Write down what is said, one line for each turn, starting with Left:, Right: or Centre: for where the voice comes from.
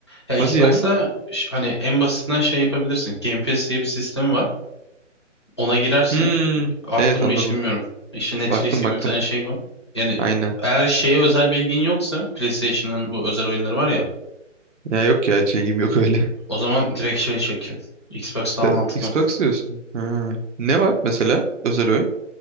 Left: Ya
Right: Hadi
Left: Xbox'ta
Right: ya.
Left: ş- hani en basitinden şey yapabilirsin. Game Pass diye bir sistemi var. Ona girersin.
Right: Hmm,
Left: Aklım
Right: evet anladım.
Left: mı hiç bilmiyorum. İşte Netflix
Right: Baktım
Left: gibi
Right: baktım.
Left: bir tane şey var. Yani
Right: Aynen.
Left: eğer şeye özel bilgin yoksa PlayStation'ın bu özel oyunları var ya.
Right: Ya yok ya hiç ilgim yok öyle.
Left: O zaman direkt şey çekiyor. Xbox
Right: <laughs>
Left: daha
Right: De-
Left: mantıklı.
Right: Xbox diyorsun. Ha. Ne var mesela özel oyun?